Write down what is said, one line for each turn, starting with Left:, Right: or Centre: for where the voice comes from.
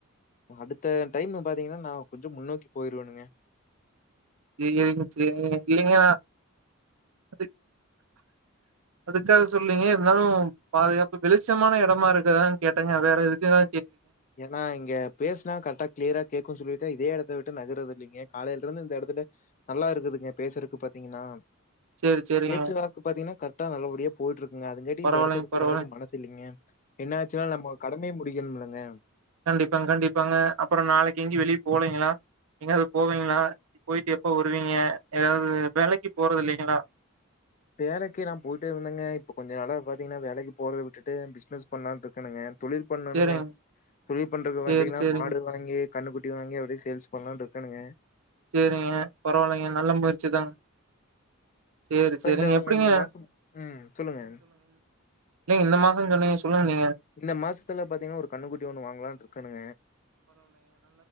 Left: அடுத்த டைம் பாத்தீங்கன்னா நா கொஞ்சோ முன்னோக்கி போயிருவேணுங்க
Right: ஏ எதுக் சேரி இல்லங்க நா அதுக் அதுக்காக சொல்லீங்க இருந்தாலும் பாதுகாப்பு வெளிச்சமான எடமா இருக்குதா கேட்டங்க வேற எதுக்கா
Left: ஏன்னா இங்க பேஸ்னா கரெக்டா கிளியரா கேக்குன் சொல்லிட்டு இதே எடத் த்த விட்டு நகறது இல்லிங்க காலையில இருந்து இந்த எடத்துல நல்லா இருக்குதுங்க பேசுறக்கு பாத்தீங்கன்னா
Right: சேரி சேரிங்க
Left: பேச்சுவாக்கு பாத்தீங்கன்னா கர்ட்டா நல்லபடியா போயிட்டு இருக் ம் அதுங்காட்டி
Right: பரவாயில்லைங்க
Left: இந்த எடத்த விட்டு
Right: பரவாயில்லைங்க
Left: வறக்கு மனத்தில்லிங்க என்ன ஆச்சுன்னா நம்ம கடமையே முடிக்கணும்ல்லங்க
Right: கண்டிப்பாங் கண்டிப்பாங்க அப்புறோம் நாளைக்கி எங்கும் வெளிய போலேங்களா எங்காது போவீங்களா போயிட்டு எப்ப வருவீங்க ஏதாது வேலைக்கு போறது இல்லைங்களா
Left: வேலைக்கி நா போயிட்டே இருந்தங்க இப்ப கொஞ்ச நால பாத்தீங்கன்னா வேலைக்கு போறத விட்டுட்டு பிஸ்னஸ் பண்ணலாம் ட்ருக்கணுங்க தொழில் பண்ணணுங்க
Right: சேரிங்க
Left: தொழில் பண்றது
Right: சேரி
Left: பாத்தீங்கன்னா
Right: சேரிங்க
Left: மாடு வாங்கி கண்ணுகுட்டி வாங்கி அப்டியே சேல்ஸ் பண்ணலான் ட்ருக்கேனுங்க
Right: செரிங்க பரவாயில்லைங்க நல்ல முயற்சிதான் சேரி
Left: இப்ப
Right: சேரிங்க
Left: இந்வுதங்க
Right: எப்படிங்க
Left: இந்த மாசம் ம் சொல்லுங்க
Right: இல்ல இந்த மாசம் சொன்னீங்க சொல்லுங்க நீங்க.
Left: இந்த மாசத்துல பாத்தீங்கன்னா ஒரு கண்ணுக்குட்டி ஒண்ணு வாங்கலான்னு இருக்கணுங்க